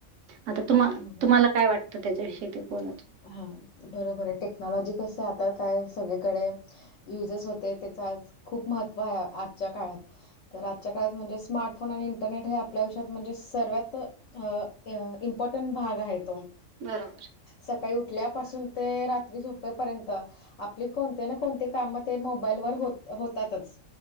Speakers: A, on the right; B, on the left.
A: आता तुम्हा
B: हम्म.
A: तुम्हाला काय वाटतं त्याच्याविषयी ते बोला.
B: हा बरोबर आहे टेक्नॉलॉजी कसंय आता काय सगळीकडे युजस होते त्याचा खूप महत्त्व आहे आजच्या काळात. तर आजच्या काळात म्हणजे स्मार्टफोन आणि इंटरनेट हे आपल्या आयुष्यात म्हणजे सर्वात अ इम्पॉर्टंट भाग आहे तो.
A: बरोबर.
B: सकाळी उठल्यापासून ते रात्री झोपेपर्यंत आपली कोणते ना कोणती काम ते मोबाईलवर होत होतातच